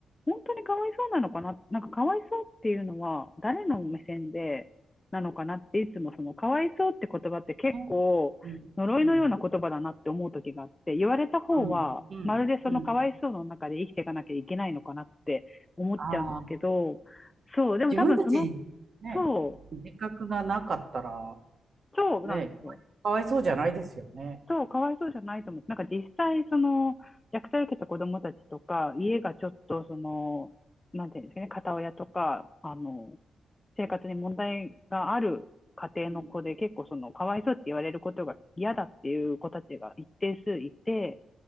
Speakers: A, on the left; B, on the right.
A: 本当にかわいそうなのかななんかかわいそうっていうのは、誰の目線でなのかなって、いつもその、かわいそうって言葉って結構、
B: ね。うん。
A: 呪いのような言葉だなって思う時があって、
B: うん。
A: 言われた方は、
B: うん。うん。
A: まるでそのかわいそうの中で生きていかなきゃいけないのかなって思っちゃうんですけど、
B: うん。ああ、
A: そう、でも多分その
B: 自分たちにね、
A: そ
B: 自覚がなかったら、
A: う、そうなんですよ。
B: ね、かわい、かわいそうじゃないですよね。
A: そう、かわいそうじゃないと思う。なんか実際、その、虐待を受けた子供たちとか、家がちょっと、その、なんていうんですかね、片親とか、あの、生活に問題がある家庭の子で、
B: うん。
A: 結構その、かわいそうって言われることが嫌だっていう子たちが一定数いて、